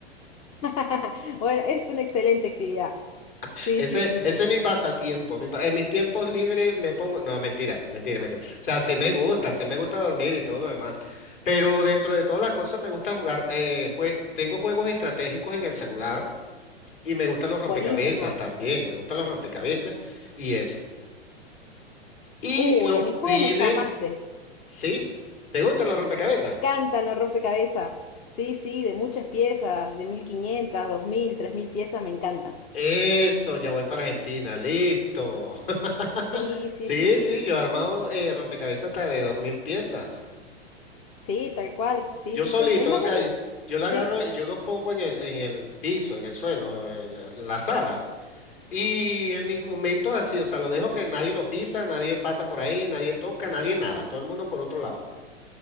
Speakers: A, on the left; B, on the left.
A: <laughs> Bueno, es una excelente actividad.
B: <laughs>
A: Sí,
B: Ese,
A: sí, sí, sí.
B: ese es mi pasatiempo. mi pa- en mis tiempos libres me pongo, no, mentira, mentira, mentira. O sea, sí me gusta, sí me gusta dormir y todo lo demás. Pero dentro de todas las cosas me gusta jugar. eh, jue- tengo juegos estratégicos en el celular. Y me gustan los rompecabezas
A: Buenísimo.
B: también, me gustan los rompecabezas y eso. Y
A: Uy,
B: los
A: a mi juego
B: fines,
A: me llamaste.
B: ¿sí? ¿Te gustan los rompecabezas?
A: cantan los rompecabezas. Sí, sí, de muchas piezas, de mil quinientas dos mil tres mil piezas, me encantan.
B: Eso, ya voy para Argentina, listo. <laughs>
A: Sí, sí,
B: Sí,
A: sí, sí.
B: sí, yo he armado eh, rompecabezas hasta de dos mil piezas.
A: Sí, tal cual. Sí,
B: Yo
A: sí,
B: solito,
A: yo, el más
B: o sea,
A: grande,
B: yo, yo
A: sí,
B: la agarro, yo los pongo en el, en el piso, en el suelo, en la, en la sala. Y en mis momentos así, o sea, lo dejo que nadie lo pisa, nadie pasa por ahí, nadie toca, nadie nada, todo el mundo por otro lado.